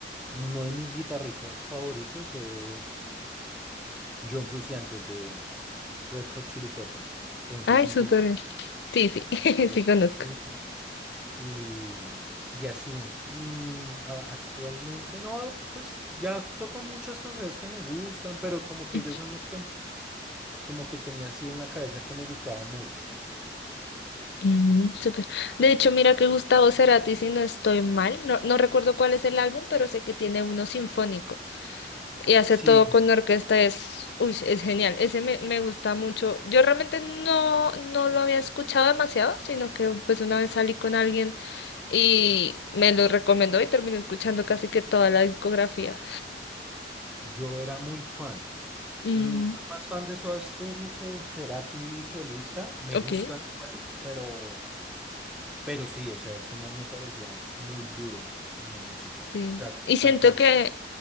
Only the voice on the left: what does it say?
Ay,
súper bien. Sí, sí, <laughs>
sí conozco.
Ujú.
Mm, súper. De hecho, mira que Gustavo Cerati, si no estoy mal, no, no recuerdo cuál es el álbum, pero sé que tiene uno sinfónico y hace
todo con orquesta, es, uy, es genial. Ese me, me gusta mucho. Yo realmente no, no lo había escuchado demasiado, sino que pues una vez salí con alguien y me lo recomendó y terminé escuchando casi que toda la discografía.
Mm,
ok.
Sí.
Y
siento que,